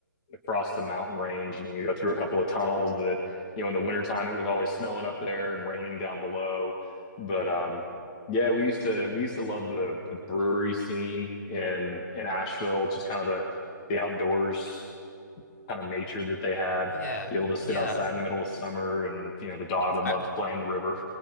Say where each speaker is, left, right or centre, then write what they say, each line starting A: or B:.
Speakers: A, on the left; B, on the left.
A: across the mountain range and you go through a couple of tunnels that, you know, in the wintertime it was always snowing up there and raining down below. But um yeah, we used to we used to love the the brewery scene in in Asheville, just kind of the the outdoors kind of nature that they had,
B: yeah,
A: be able to sit
B: yeah.
A: outside in the middle of summer and you know, the dog would
B: I
A: love to play in the river.